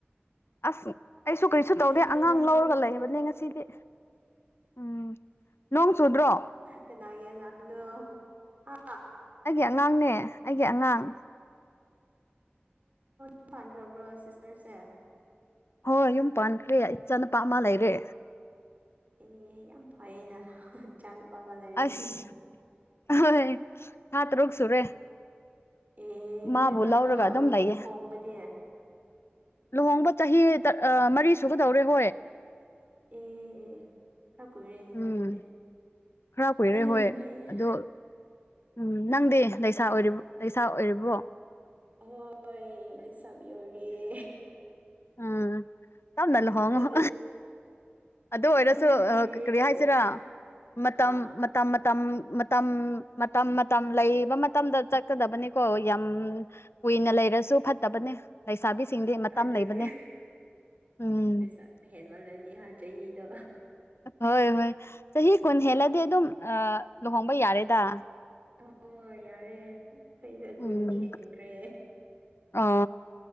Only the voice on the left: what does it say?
ꯑꯁ ꯑꯩꯁꯨ ꯀꯔꯤꯁꯨ ꯇꯧꯗꯦ
ꯑꯉꯥꯡ ꯂꯧꯔꯒ
ꯂꯩꯕꯅꯦ ꯉꯁꯤꯗꯤ ꯎꯝ ꯅꯣꯡ ꯆꯨꯗ꯭ꯔꯣ
ꯑꯩꯒꯤ ꯑꯉꯥꯡꯅꯦ ꯑꯩꯒꯤ ꯑꯉꯥꯡ
ꯍꯣꯏ ꯌꯨꯝ ꯄꯥꯟꯈ꯭ꯔꯦ ꯏꯆꯥ ꯅꯨꯄꯥ ꯑꯃ ꯂꯩꯔꯦ
ꯑꯁ ꯍꯣꯏ ꯊꯥ ꯇꯔꯨꯛꯁꯨꯨꯔꯦ
ꯃꯥꯕꯨ
ꯂꯧꯔꯒ ꯑꯗꯨꯝ ꯂꯩꯌꯦ
ꯂꯨꯍꯣꯡꯕ ꯆꯍꯤ ꯃꯔꯤ ꯁꯨꯒꯗꯧꯔꯦ ꯍꯣꯏ
ꯎꯝ
ꯈꯔ ꯀꯨꯏꯔꯦ
ꯍꯣꯏ
ꯑꯗꯣ ꯎꯝ ꯅꯪꯗꯤ ꯂꯩꯁꯥ ꯑꯣꯏꯔꯤꯕ ꯂꯩꯁꯥ ꯑꯣꯏꯔꯤꯕꯣ
ꯎꯝ ꯇꯞꯅ ꯂꯨꯍꯣꯡꯉꯨ
ꯑꯗꯨ ꯑꯣꯏꯔꯁꯨ
ꯀꯔꯤ
ꯍꯥꯏꯁꯤꯔꯥ ꯃꯇꯝ
ꯃꯇꯝ ꯃꯇꯝ ꯃꯇꯝ ꯃꯇꯝ ꯃꯇꯝ ꯂꯩꯕ ꯃꯇꯝꯗ ꯆꯠꯀꯗꯕꯅꯤꯀꯣ ꯌꯥꯝ ꯀꯨꯏꯅ ꯂꯩꯔꯁꯨ ꯐꯠꯇꯕꯅꯦ ꯂꯩꯁꯥꯕꯤꯁꯤꯡꯗꯤ ꯃꯇꯝ
ꯂꯩꯕꯅꯦ ꯎꯝ
ꯍꯣꯏ ꯍꯣꯏ ꯆꯍꯤ ꯀꯨꯟ ꯍꯦꯜꯂꯗꯤ ꯑꯗꯨꯝ ꯂꯨꯍꯣꯡꯕ ꯌꯥꯔꯦꯗ
ꯎꯝ
ꯑ